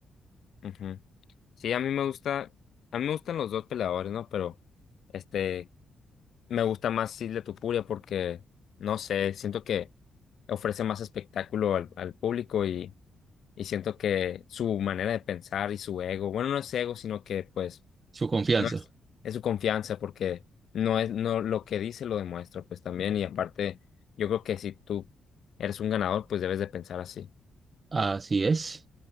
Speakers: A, on the left; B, on the right.
A: Ujú. Sí, a mí me gusta, a mí me gustan los dos peleadores, ¿no? Pero, este, me gusta más Silvia Tupuria porque, no sé, siento que ofrece más espectáculo al, al público y, y siento que su manera de pensar y su ego, bueno, no es ego, sino que, pues,
B: Su confianza.
A: no es, es su confianza porque no es, no, lo que dice lo demuestra, pues, también. Y aparte, yo creo que si tú eres un ganador, pues debes de pensar así.
B: Así es.